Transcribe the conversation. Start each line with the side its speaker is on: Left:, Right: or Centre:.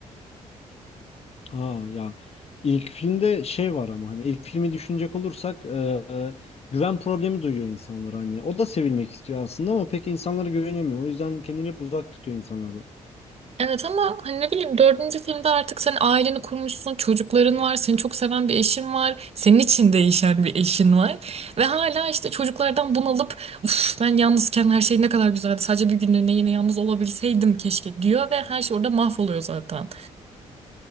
Left: Ha ya ilk filmde şey var ama hani ilk filmi düşünecek olursak e, e, güven problemi duyuyor insanlar hani. O da sevilmek istiyor aslında ama pek insanlara güvenemiyor. O yüzden kendini hep uzak tutuyor insanlardan.
Right: Evet ama hani ne bileyim dördüncü filmde artık sen aileni kurmuşsun, çocukların var, seni çok seven bir eşin var, senin için değişen bir eşin var. Ve hala işte çocuklardan bunalıp Uf, ben yalnızken her şey ne kadar güzeldi, sadece bir günlüğüne yine yalnız olabilseydim keşke diyor ve her şey orada mahvoluyor zaten.